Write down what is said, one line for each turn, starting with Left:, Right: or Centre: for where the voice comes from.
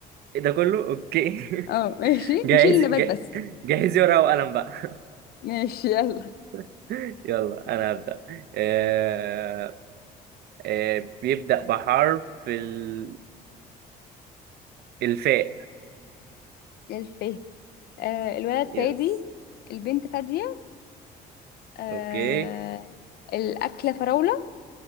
Right: إيه ده كله اوكي <laughs>
Left: اه ماشي
Right: جاهز
Left: نشيل النبات
Right: جا-
Left: بس
Right: جهزي ورقه وقلم بقى
Left: ماشي يلا
Right: <laughs> يلا انا هبدا آه... آه... بيبدا بحرف ال... الفاء
Left: للفه آه الولد
Right: يس
Left: فادي البنت فادية آه
Right: اوكي
Left: الأكلة فراولة